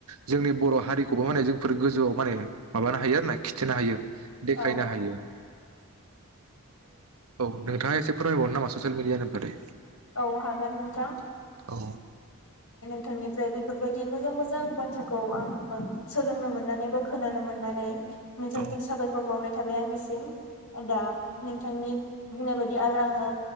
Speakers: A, on the right (about 75°); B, on the left (about 75°).
A: जोंनि बर' हारिखौबो माने जोंफोर गोजौआव माने माबानो हायो आरो ना खिथिनो हायो देखायनो
B: औ
A: हायो औ नों थाङा एसे फोरमायबावनो नामा ससियेल मिडियानि बागै?
B: औ हागोन नोंथां
A: औ
B: बिथांनिफ्राय बेफोरबायदि मोजां मोजां बाथ्राखौ आङो सोलोंनो मोननानै बा खोनानो मोननानै नोंथांनिसिम
A: औ
B: साबायखर बावनाय थाबाय आंनिसिम। दा नोंथांनि बुंनाय बायदि आरो आङो